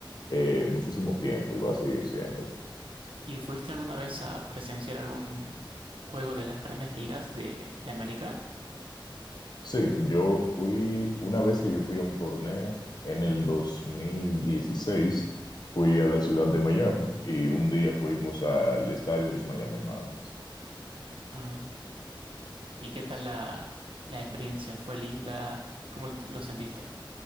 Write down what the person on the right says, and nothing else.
¿Y fuiste alguna vez a presenciar algún juego de las grandes ligas de, de América?
Ah. ¿Y qué
tal la, la experiencia? ¿Fue linda? ¿Cómo lo lo sentiste?